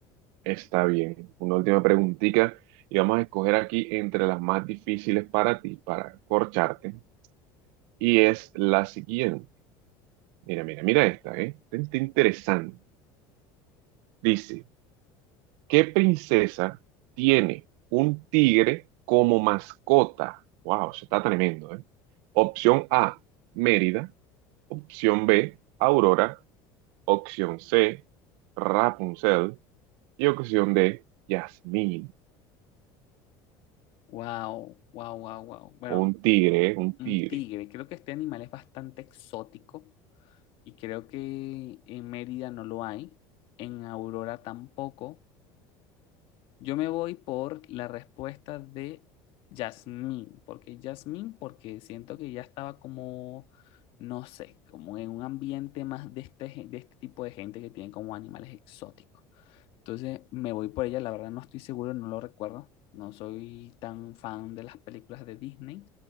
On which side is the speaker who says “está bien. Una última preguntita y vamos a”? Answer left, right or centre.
Right